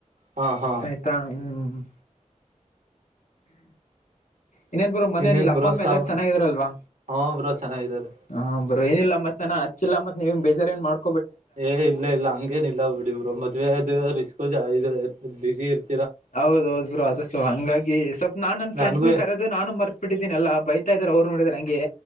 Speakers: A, on the right (about 80°); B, on the left (about 90°).
A: ಹಾ ಹಾ
B: ಆಯ್ತಾ ಹ್ಮ್ ಹ್ಮ್ ಇನ್ನೇನ್ ಬರು ಮನೇೆಯಲ್ಲಿ
A: ಇನ್ನೇನ್
B: ಅಪ್ಪ
A: ಬ್ರೋ
B: ಅಮ್ಮಿ
A: ಸಾಮ
B: ಎಲ್ಲಾರು ಚೆನ್ನಾಗಿದ್ರಲ್ವಾ
A: ಹಾ ಬ್ರೋ ಚೆನ್ನಾಗಿದ್ದಾರೆ
B: ಹ ಬ್ರೋ ಏನಿಲ್ಲ ಮತ್ ನಾನ ಹಚ್ಚಿಲ್ಲ ಮತ್ ನೀವನ್ ಬೇಜಾರ ಏನ್ ಮಾಡ್
A: ಏ ಇಲ್ಲ ಇಲ್ಲ ಹಂಗೇನ ಇಲ್ಲ ಬಿಡಿಬ್ರರು ಮದ್ವೆ ಅದು ರಿಸ್ಕ್ ಬಿಸಿ ಇರ್ತ
B: ಹೌದೌದ್ ಬ್ರೋ ಅದಸು ಹಂಗಾಗಿ ಸ್ವಲ್ಪ್ ನಾನ್ ನನ್ನ
A: ನನ್ಗೂ
B: ಫ್ರೆಂಡ್ಸ್ ನ ಕರೆದು ನಾನು ಮರ್ಬಿಟ್ಟಿದ್ದೀನ ಅಲ್ಲಾ ಬೈತಾ ಇದಾರೆ ಅವ್ರು ನೋಡಿದ್ರ ಹಂಗೆ